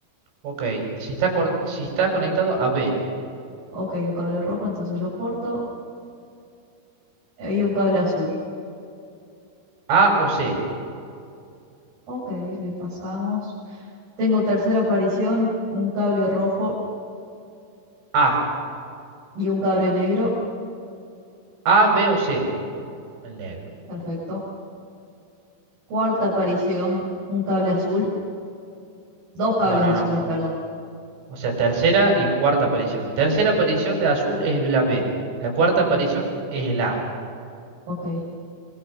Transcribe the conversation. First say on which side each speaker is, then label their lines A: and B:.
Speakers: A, on the right; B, on the right.
A: Ok. Si está, cor- si está conectado a B,
B: Ok, un cable rojo, entonces lo corto. Hay un cable azul.
A: A o C.
B: Ok, le pasamos. Tengo tercera aparición, un cable rojo
A: A.
B: y un cable negro.
A: A, B o C. El negro.
B: Perfecto. Cuarta aparición, un cable azul. Dos cables
A: No, no,
B: azules,
A: no.
B: perdón.
A: O sea, tercera y cuarta aparición. Tercera aparición de azul es la B. La cuarta aparición es el A.
B: Ok,